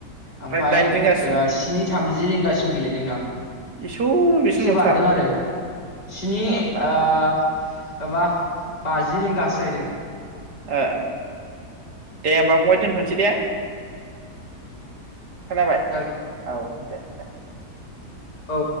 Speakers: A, on the right; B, on the left.
A: ओमफ्राय
B: ओमफाय
A: दाइन रिंगासिम
B: दा स्नि थामजि रिंगासिम गेलेदों नां
A: <unintelligible> बिसिमल'थार
B: एसे बारदों आरो स्नि
A: जारला
B: ओ माबा बाजि रिंगासो जाहैदों
A: ओ दे होमबा फंबाय दोनथसै दे खोनाबाय
B: जाहैदों
A: औ दे दे
B: औ